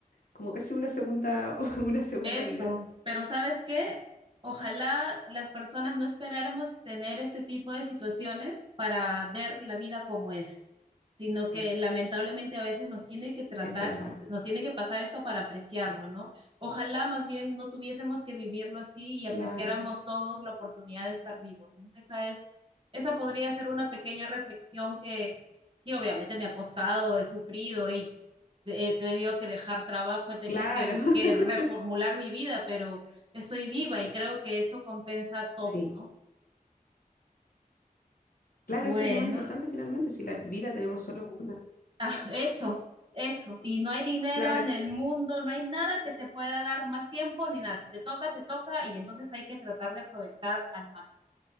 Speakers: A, on the left; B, on the right.
A: como casi una segunda, <laughs> una segunda
B: Eso,
A: vida.
B: pero ¿sabes qué? Ojalá las personas no esperáramos tener este tipo de situaciones para ver la vida como es, sino
A: Sí,
B: que lamentablemente a veces nos tiene que tratar,
A: es verdad.
B: nos tiene que pasar esto para apreciarlo, ¿no? Ojalá más bien no tuviésemos que vivirlo así y
A: Claro,
B: apreciáramos todos la oportunidad de estar vivos, ¿no? Esa es, esa podría ser una pequeña reflexión que, sí, obviamente me ha costado, he sufrido, he he tenido que dejar trabajo, he tenido
A: claro.
B: que, que
A: <laughs>
B: reformular mi vida, pero estoy viva y creo que esto compensa todo,
A: Sí,
B: ¿no?
A: claro,
B: Bueno,
A: eso es lo más importante finalmente, si la vida tenemos solo una.
B: ah, eso, eso. Y no hay dinero
A: Claro,
B: en el mundo, no hay nada que te pueda dar más tiempo ni nada. Si te toca, te toca y entonces hay que tratar de aprovechar al máximo.